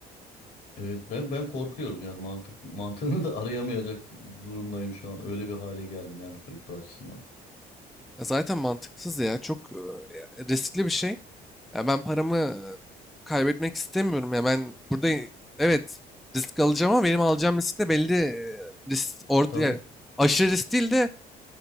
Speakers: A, on the left; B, in the centre.
A: Evet ben ben korkuyorum yani mantık <laughs> mantığını da arayamayacak durumdayım şu an. Öyle bir hale geldim yani kripto açısından.
B: Ya Zaten mantıksız ya. Çok e, riskli bir şey. Ya ben paramı e, kaybetmek istemiyorum ya. Ben burada i- evet risk alacağım ama benim alacağım risk de belli e, risk orta
A: Tabii.
B: yani aşırı risk değil de